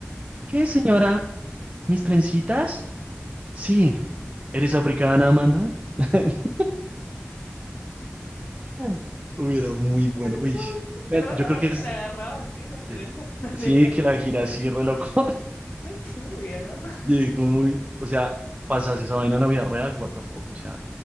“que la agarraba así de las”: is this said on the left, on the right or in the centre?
Left